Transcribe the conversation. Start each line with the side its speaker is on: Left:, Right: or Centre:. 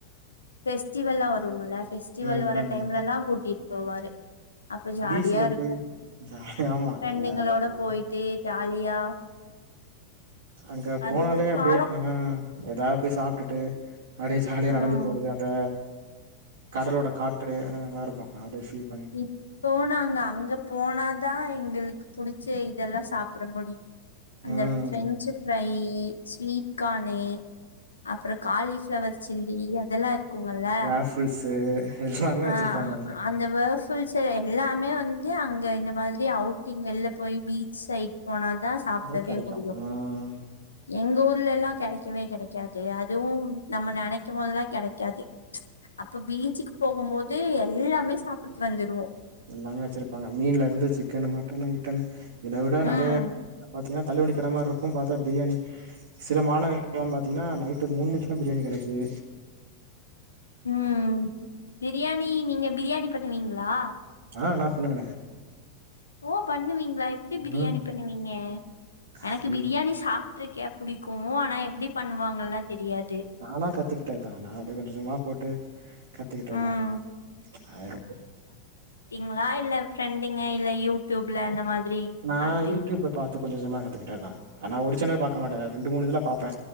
Left: பெஸ்டிவல்லாம் வருங்கல்ல பெஸ்டிவல்
Right: ம்
Left: வர
Right: ம்
Left: டைம்ல எல்லாம் கூட்டிட்டு போவாரு அப்ப ஜாலியா
Right: பீச்ல
Left: இருக்கும்
Right: போய் ஜாலியா ஆமா
Left: பிரண்டுங்களோட
Right: அது
Left: போய்ட்டு ஜாலியா
Right: அங்க
Left: அது
Right: போனாலே
Left: ஒரு
Right: அப்டே
Left: காலம்
Right: அ ஏதாவது போய் சாப்ட்டுட்டு அப்டே ஜாலியா
Left: ம்
Right: நடந்து போறது அந்த கடலோட காற்று அ நல்லா இருக்கும் அப்டே பீல்
Left: இப்போ நாங்க அங்க போனாதான் எங்களுக்கு புடிச்ச இதெல்லா சாப்டமுடியு அந்த
Right: ம்
Left: பிரெஞ்சு ஃப்ரை ஸ்வீட்கானு அப்பறோ காலிஃப்ளவர் சில்லி அதெல்லாம் இரு க்குங்கல்ல
Right: வேஃபிள்ஸு எல்லாமே வச்சிருப்பாங்க
Left: அ
Right: அங்க
Left: அந்த வேஃபுல் ச எல்லாமே வந்து அங்க இந்த மாரி அவுட்டிங் வெல்ல போய் பீச் சைட் போனாதான் சாப்பிடவே
Right: இதா கெடைக்கு
Left: முடியும்
Right: ம்
Left: எங்க ஊர்லல்லாம் கிடைக்கவே கிடைக்காது அதுவும் நம்ம நினைக்கும் போதல்லாம் கிடைக்காது அப்ப பீச்சுக்கு போகும் போது எல்லாமே சாப்பிட்டு வந்துடுவோம்
Right: எல்லாமே வச்சிருப்பாங்க மீன்ல இருந்து சிக்கன் மட்டன்னு கிட்டன்னு இத விட
Left: ம்
Right: நறைய பாத்தீங்கன்னா தள்ளுவண்டி கட மாரி இருக்கும் பார்த்தா பிரியாணி சில மாநகரம்ல்லாம் பாத்தீங்கன்னா நைட்டு மூணு மணிக்குல்லாம் பிரியாணி கெடைக்குது
Left: ம் பிரியாணி நீங்க பிரியாணி கட்டுவீங்களா
Right: அ நா பண்ணுவனே
Left: ஓ பண்ணுவீங்களா எப்டி பிரியாணி
Right: ம்
Left: பண்ணுவீங்க எனக்கு
Right: அது
Left: பிரியாணி சாப் ட்ருக்க புடிக்கு ஆனா எப்டி பண்ணுவாங்கன்லா தெரியாது
Right: நானா கத்துக்கிட்டது தா நா அப்டியே கொஞ்ச கொஞ்சமா போட்டு கத்துக்கிட்டதுதா
Left: ம்.
Right: அது ரொம்ப
Left: ங்களா இல்ல ஃப்ரெண்டுங்க இல்ல யூடியூப்ல அந்த மாதிரி
Right: நா
Left: பாத்து?
Right: யூடியூப்ல பாத்து கொஞ்ச கொஞ்சமா கத்துக்கிட்டதுதா ஆனா ஒரு சேனல் பாக்க மாட்ட நா ரெண்டு மூணு இதுல பாப்ப